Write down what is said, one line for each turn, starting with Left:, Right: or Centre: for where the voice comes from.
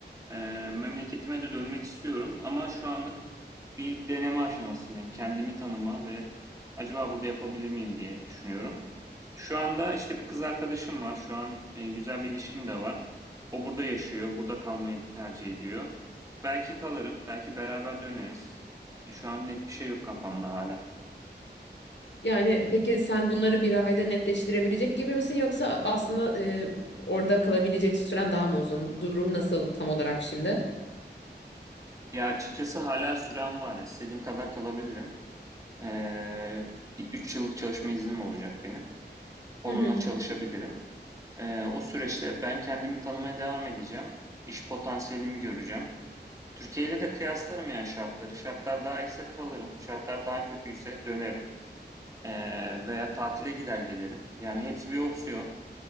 Right: Eee, memleketime de dönmek istiyorum ama şu anlık bir deneme aşamasındayım. Kendimi tanıma ve acaba burada yapabilir miyim diye düşünüyorum. Şu anda işte bir kız arkadaşım var. Şu an e, güzel bir ilişkim de var. O burada yaşıyor, burada kalmayı tercih ediyor. Belki kalırım, belki beraber döneriz. E, şu an net bir şey yok kafamda hala.
Left: Yani peki sen bunları bir ayda netleştirebilecek gibi misin yoksa aslında e, orada kalabilecek süren daha mı uzun? Durum nasıl tam olarak şimdi?
Right: Ya açıkçası hala sürem var. İstediğim kadar kalabilirim. Eee, bir yıllık çalışma iznim olacak benim. Onunla
Left: Hı hı.
Right: çalışabilirim. Eee, o süreçte ben kendimi tanımaya devam edeceğim. İş potansiyelimi göreceğim. Türkiye ile de kıyaslarım yani şartları. Şartlar daha iyiyse kalırım. Şartlar daha kötüyse dönerim. Eee, veya tatile gider gelirim. Yani hepsi bir opsiyon.